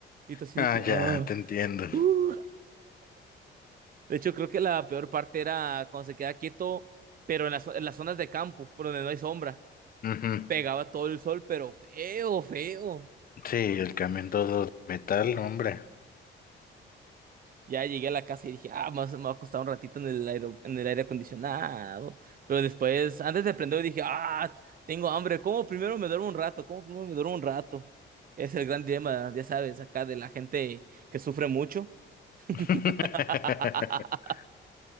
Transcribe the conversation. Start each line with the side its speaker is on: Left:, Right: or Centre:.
Right: Y tú así
Left: Ah,
Right: de que...
Left: ya,
Right: "Ah".
Left: te entiendo.
Right: Uh, de hecho, creo que la peor parte era cuando se queda quieto, pero en las, en las zonas de campo, por donde no hay sombra.
Left: Ujú.
Right: Pegaba todo el sol, pero feo, feo.
Left: Sí, el camión todo de metal, hombre.
Right: Ya llegué a la casa y dije, ah, más me va a costar un ratito en el aire, en el aire acondicionado. Pero después, antes de prender, dije, ah, tengo hambre. ¿Cómo primero me duermo un rato? ¿Cómo primero me duermo un rato? Es el gran dilema, ya sabes, acá de la gente que sufre mucho.
Left: <laughs>
Right: <laughs>